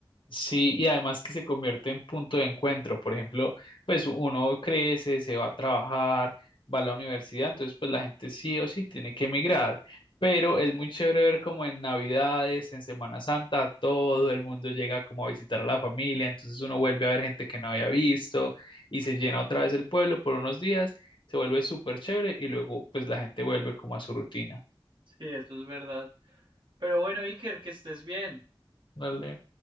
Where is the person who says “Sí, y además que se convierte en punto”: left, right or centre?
Left